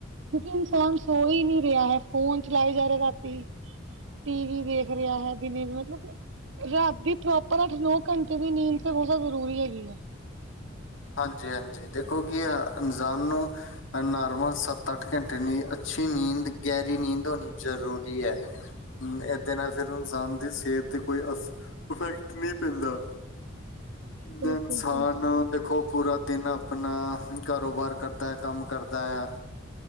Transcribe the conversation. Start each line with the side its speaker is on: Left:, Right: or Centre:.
Right: ਕਿਯੁਂਕਿ ਇਨਸਾਨ ਸੋ ਈ ਨੀ ਰੇਆ ਹੈ ਫੋਨ ਚਲਾਏ ਜਾ ਰੇਆ ਰਾਤੀ। ਟੀ ਵੀ ਵੇਖ ਰਿਹਾ ਹੈ, ਦਿਨੇ ਵੀ, ਮਤਲਬ ਰਾਤੀ ਪ੍ਰੋਪਰ ਅੱਠ ਨੋ ਘੰਟੇ ਦੀ ਨੀਂਦ ਤੇ ਬਹੁਤ ਜ਼ਰੂਰੀ ਹੈਗੀ ਆ
Left: ਹਾਂਜੀ ਹਾਂਜੀ, ਦੇਖੋ ਕਿ ਐ, ਇਨਸਾਨ ਨੂੰ ਅ ਨਾਰਮਲ ਸਾੱਤ ਆੱਠ ਘੰਟੇ ਨਿ ਅੱਛੀ ਨੀਂਦ ਗਹਿਰੀ ਨੀਂਦ ਓਨੀ ਜ਼ਰੂਰੀ ਐ। ਏਦੇ ਨਾਲ ਫਿਰ ਇਨਸਾਨ ਦੀ ਸਿਹਤ ਤੇ ਕੋਈ ਇਫੈਕਟ ਨਹੀਂ ਪੈਂਦਾ
Right: <unintelligible> ਬਿਲਕੁਲ
Left: ਜਿੰਦਾ ਇਨਸਾਨ
Right: ਬਿਲਕੁਲ
Left: ਖੋ ਪੂਰਾ ਦਿਨ ਆਪਣਾ, ਕਾਰੋਬਾਰ ਕਰਦਾ ਹੈ, ਕੰਮ ਕਰਦਾ ਆ